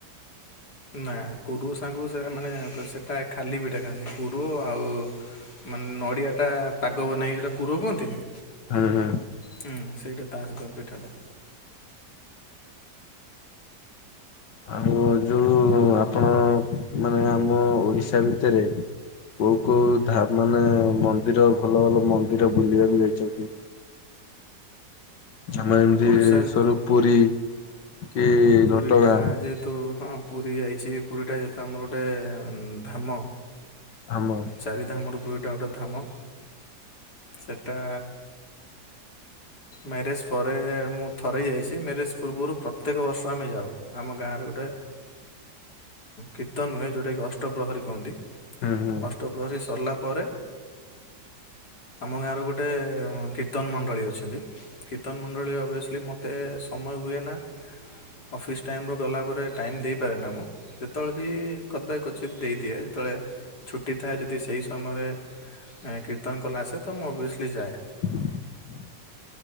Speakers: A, on the left (about 70°); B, on the left (about 85°).
A: ନା କୋରୁଅ ସାଙ୍ଗକୁ ସେ ମାନେ ସେଇଟା ଖାଲି ପିଠା ଖାଆନ୍ତି କୋରୁଅ ଆଉ ମାନେ ନଡ଼ିଆ ଟା ପାଗ ବନେଇକି ହେଟା କୋରୁଅ କୁହନ୍ତିନି?
B: ହୁଁ ହୁଁ।
A: ହୁଁ ସେଇଟା ତା <unintelligible> ପିଠାଟା।
B: ଆଉ ଯୋଉ ଆପଣ ମାନେ ଆମ ଓଡ଼ିଶା ଭିତରେ କୋଉ କୋଉ ଧା ମାନେ ମନ୍ଦିର ଭଲ ଭଲ ମନ୍ଦିର ବୁଲିବାକୁ ଯାଇଛନ୍ତି। ଆମେ ଏମିତି
A: ଓଡ଼ିଶା
B: <unintelligible> ପୁରୀ। କି
A: ପୁରୀ
B: ଘଟଗାଁ
A: ଟା ଯେହେତୁ ହଁ ପୁରୀ ଯାଇ ଚି ପୁରୀ ଟା ଯେହେତୁ ଆମର ଗୋଟେ ଧାମ।
B: ଆମ
A: ଚାରିଧାମ ରୁ ପୁରୀ ଟା ଗୋଟେ ଧାମ ସେଇଟା ମ୍ୟାରେଜ୍ ପରେ ମୁଁ ଥରେ ଯାଇଛି ମ୍ୟାରେଜ୍ ପୂର୍ବରୁ ପ୍ରତ୍ୟେକ ବର୍ଷ ଆମେ ଯାଉ ଆମ ଗାଁରେ ଗୋଟେ କୀର୍ତ୍ତନ ହୁଏ ଯୋଉଟା କୁ ଅଷ୍ଟପ୍ରହରୀ କୁହନ୍ତି
B: ହୁଁ ହୁଁ।
A: ଅଷ୍ଟପ୍ରହରୀ ସରିଲା ପରେ ଆମ ଗାଁର ଗୋଟେ କୀର୍ତ୍ତନ ମଣ୍ଡଳୀ ଅଛନ୍ତି। କୀର୍ତ୍ତନ ମଣ୍ଡଳୀ <unintelligible> ମୋତେ ସମୟ ହୁଏନା। ଅଫିସ୍ ଟାଇମ୍ ରୁ ଗଲାପରେ ଟାଇମ୍ ଦେଇପାରେନା ମୁଁ। ଯେତେବେଳେ ବି କଦା କ୍ବଚିତ୍ ଦେଇଦିଏ ଯେତେବେଳେ ଛୁଟି ଥାଏ ଯଦି ସେଇ ସମୟରେ କୀର୍ତ୍ତନ କଲା ଆସେ ତ ମୁଁ ଅଭିଅସ୍ଲି ଯାଏ।
B: <inaudible>